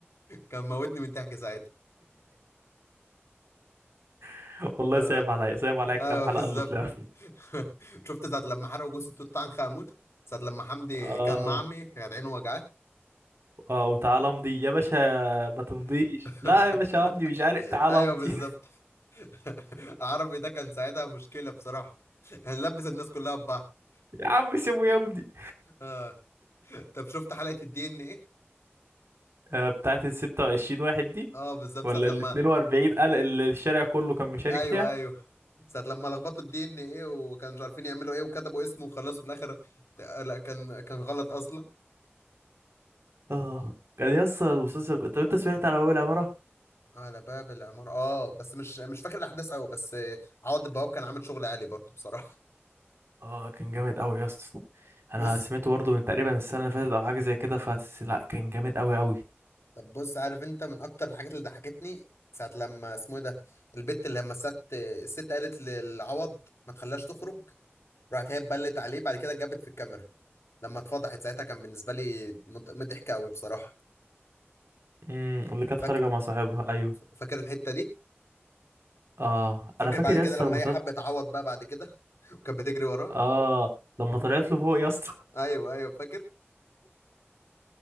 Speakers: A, on the left (about 75°); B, on the right (about 65°).
A: كان موتني من ضحك ساعتها
B: <laughs> والله
A: اه
B: صعب عليا صعب عليا كام
A: ايوه
B: حلقه
A: بالظبط
B: اللي طلعوا
A: <laughs> شفت ساعة لما حرقوا جثة توت عنخ آمون ساعة لما حمدي
B: اه
A: كان معمي كانت عينه وجعاه
B: اه وتعالى امضي يا باشا ما تمضيش
A: <laughs>
B: لا يا باشا امضي مش عارف تعالى
A: ايوه
B: امضي
A: بالظبط
B: <laughs>
A: <laughs> عربي ده كان ساعتها مشكلة بصراحة هنلبس الناس كلها ببعض
B: يا عم سيبه يمضي
A: اه طب شفت حلقة الدي ان ايه
B: آه، بتاعت ال 26 واحد دي
A: اه بالظبط
B: ولا
A: ساعة لما
B: ال 42 قال اللي الشارع كله كان مشارك
A: ايوه
B: فيها
A: ايوه ساعة لما لخبطوا الدي ان ايه وكانوا مش عارفين يعملوا ايه وكتبوا اسمه وخلاص في الاخر ت- لا كان كان غلط اصلا
B: اه كان يا اسطى المسلسل طب انت سمعت على باب العمارة
A: آه، على باب العمارة اه بس مش مش فاكر الاحداث قوي بس آه، عوض البواب كان عامل شغل عالي برضه بصراحة
B: اه كان جامد قوي يا اسطى انا
A: بص
B: سمعته برضه من تقريبا السنة اللي فاتت او حاجة زي كده فس لا كان جامد قوي قوي
A: طب بص عارف انت من اكتر الحاجات اللي ضحكتني ساعة لما اسمه ايه ده البت اللي لما الست الست قالت للعوض ما تخليهاش تخرج راحت هي اتبلت عليه بعد كده اتجابت في الكاميرا لما اتفضحت ساعتها كان بالنسبه لي مض- مضحك قوي بصراحه
B: امم واللي كانت
A: فاكر
B: خارجة مع صاحبها ايوه
A: فاكر الحته دي
B: اه
A: فاكر
B: انا فاكر
A: بعد كده
B: يا اسطى
A: لما
B: المسلسل
A: هي حبت تعوض بقى بعد كده <laughs> وكانت بتجري وراه
B: اه لما طلعت له فوق يا اسطى
A: ايوه ايوه فاكر